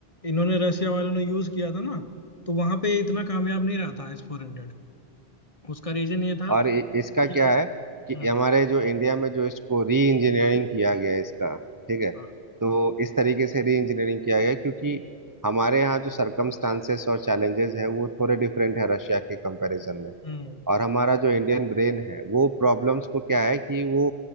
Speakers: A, on the left; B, on the right.
A: इन्होंने रसिया वालों ने यूज किया था ना तो वहां पे इतना कामयाब नहीं रहा था एस फोर हंड्रेड उसका रीजन ये था
B: और इ- इसका
A: कि
B: क्या है कि
A: हम्म
B: हमारे जो इंडिया में जो इसको री इंजीनियरिंग किया गया है इसका ठीक है
A: हाँ,
B: तो इस तरीके से री इंजीनियरिंग किया गया है, क्योंकि हमारे यहाँ जो सरकमस्टांसेस और चैलेंजेस है वो थोड़े डिफरेंट है रशिया के कंपैरिजन में
A: हम्म
B: और हमारा जो इंडियन ब्रेन है वो प्रॉब्लम्स को क्या है कि वो